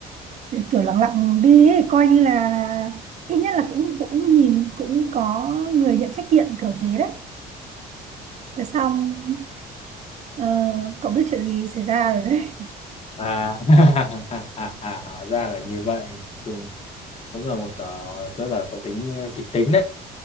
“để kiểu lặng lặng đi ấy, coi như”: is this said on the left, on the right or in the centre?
Right